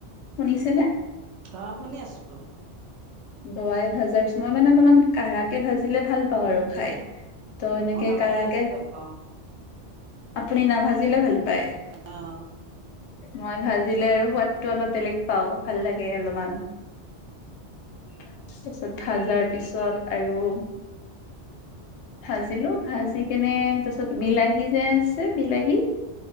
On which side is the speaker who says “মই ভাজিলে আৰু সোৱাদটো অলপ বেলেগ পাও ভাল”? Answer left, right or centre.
Left